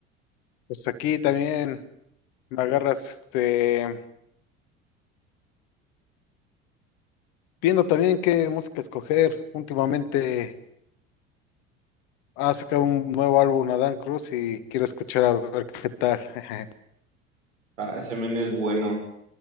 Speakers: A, on the left; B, on the right.
A: Pues aquí también me agarras, este, viendo también qué música escoger. Últimamente ha sacado un nuevo álbum Adán Cruz y quiero escuchar a ver qué tal. <laughs>
B: Ah, ese men es bueno.